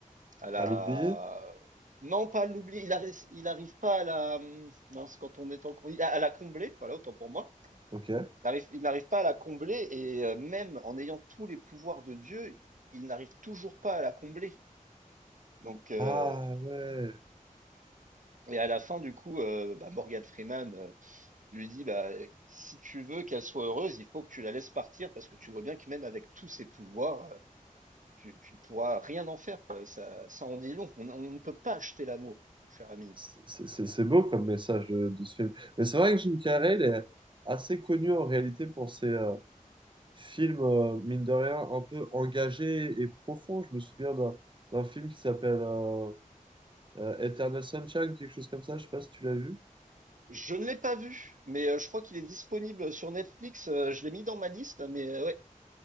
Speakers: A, on the right (about 65°); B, on the right (about 35°).
A: à la.
B: À l'oublier?
A: Non, pas l'oublier. Il arrive, il arrive pas à la. Non, c'est quand on est en. oui, À à la combler, voilà, autant pour moi.
B: Ok.
A: Il arrive- il n'arrive pas à la combler et euh, même en ayant tous les pouvoirs de Dieu, il n'arrive toujours pas à la combler. Donc, euh,
B: Ah ouais.
A: et à la fin, du coup, euh, bah, Morgan Freeman euh, lui dit, bah, si tu veux qu'elle soit heureuse, il faut que tu la laisses partir parce que tu vois bien que même avec tous ses pouvoirs, euh, tu, tu ne pourras rien en faire, quoi. Et ça, ça en dit long. On, on ne peut pas acheter l'amour, mon cher ami.
B: C'est c'est- c'est beau comme message de, de ce film. Mais c'est vrai que Jim Carrey, il est assez connu en réalité pour ses euh, films, euh, mine de rien, un peu engagés et profonds. Je me souviens d'un d'un film qui s'appelle euh, euh, Eternal Sunshine, quelque chose comme ça. Je sais pas si tu l'as vu.
A: Je ne l'ai pas vu, mais euh, je crois qu'il est disponible sur Netflix. Euh, je l'ai mis dans ma liste, mais euh, ouais,